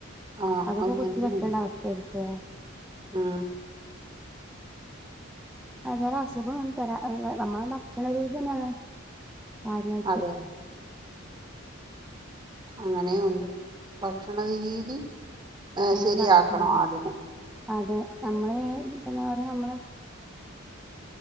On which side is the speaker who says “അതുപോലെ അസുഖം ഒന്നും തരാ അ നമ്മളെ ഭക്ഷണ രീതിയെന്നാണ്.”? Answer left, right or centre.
Centre